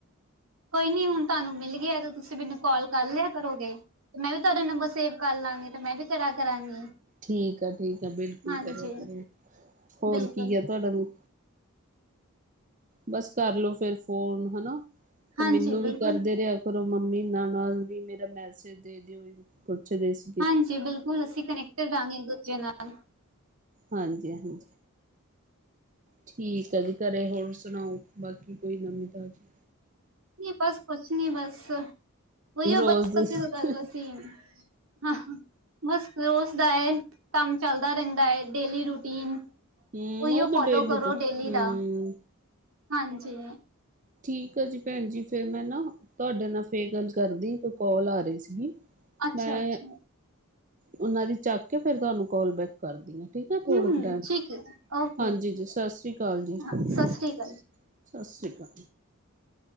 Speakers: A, on the right; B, on the right.
A: ਕੋਈ ਨੀ ਹੁਣ ਤੁਹਾਨੂੰ ਮਿਲ ਗਿਆ ਤੇ ਤੁਸੀਂ ਮੈਨੂੰ ਕਾਲ ਕਰ ਲਿਆ ਕਰੋਗੇ। ਤੇ ਮੈਂ ਵੀ ਤੁਹਾਡਾ ਨੰਬਰ ਸੇਵ ਕਰ ਲਵਾਂਗੀ ਤੇ ਮੈਂ ਵੀ ਕਰਾਂ ਕਰਾਂਗੀ।
B: ਠੀਕ ਆ ਠੀਕ ਆ ਬਿਲਕੁਲ
A: ਹਾਂਜੀ
B: ਕਰਿਆ ਕਰੋ ਹੋਰ
A: ਬਿਲਕੁਲ।
B: ਕੀ ਹੈ ਤੁਹਾਡਾ ਨੂੰ ਬਸ ਕਰਲੋ ਫੇਰ ਫੋਨ ਹੈਨਾ। ਤੇ
A: ਹਾਂਜੀ
B: ਮੈਨੂੰ
A: ਬਿਲਕੁਲ,
B: ਵੀ ਕਰਦੇ ਰਿਹਾ ਕਰੋ ਮੰਮੀ ਨਾਲ ਨਾਲ ਵੀ ਮੇਰਾ ਮੈਸੇਜ ਦੇ ਦਿਓ ਪੁੱਛਦੇ ਸੀ।
A: ਹਾਂਜੀ ਬਿਲਕੁਲ, ਅਸੀਂ ਕਨੈਟਟਿੰਗ ਰਾਂਗੇ ਦੂਜੇ ਨਾਲ
B: ਹਾਂਜੀ-ਹਾਂਜੀ। ਠੀਕ ਆ ਜੀ ਘਰੇ, ਹੋਰ ਸੁਣਾਓ ਬਾਕੀ ਕੋਈ ਨਵੀਂ ਤਾਜ਼ੀ।
A: ਨੀ ਬਸ ਕੁਛ ਨੀ ਬਸ, ਉਹੀਓ
B: ਰੋਜ਼
A: ਬਸਸੀ
B: ਦੀ
A: ਪਹਿਲਾ ਸੀ। ਹਾਂ ਬਸ ਰੋਜ਼ ਦਾ ਹੈ ਕੰਮ ਚੱਲਦਾ ਰਹਿੰਦਾ ਹੈ, ਡੇਲੀ ਰੂਟੀਨ
B: ਹਮ
A: ਉਈਓ
B: ਉਹ ਤਾਂ
A: ਫੋਲੋ
B: ਡੇਲੀ
A: ਕਰੋ
B: ਤੇ ਹਮ
A: ਡੇਲੀ ਦਾ, ਹਾਂਜੀ।
B: ਠੀਕ ਆ ਜੀ ਭੈਣ ਜੀ ਫੇਿਰ ਮੈਂ ਨਾ ਤੁਹਾਡੇ ਨਾਲ ਫਿਰ ਗੱਲ ਕਰਦੀ, ਇੱਕ ਕੋਲ ਆ ਰਹੀ ਸੀਗੀ।
A: ਅੱਛਾ
B: ਮੈਂ
A: ਅੱਛਾ।
B: ਉਹਨਾਂ ਦੀ ਚੱਕ ਕੇ ਫਿਰ ਤੁਹਾਨੂੰ ਕੋਲ ਬੈਕ ਕਰਦੀ ਆ, ਠੀਕ ਏ
A: ਹਮ
B: ਥੋੜੇ
A: ਹਮ
B: ਕ ਟਾਈਮ।
A: ਠੀਕ ਹੈ ਜੀ ਓਕੇ
B: ਹਾਂਜੀ
A: ਓਕੇ
B: ਜੀ, ਸਾਸਰੀ ਕਾਲ ਜੀ‌। ਸਤਿ
A: ਹਾਂ ਸ੍ਰੀ ਅਕਾਲ
B: ਸ਼੍ਰੀ ਅਕਾਲ।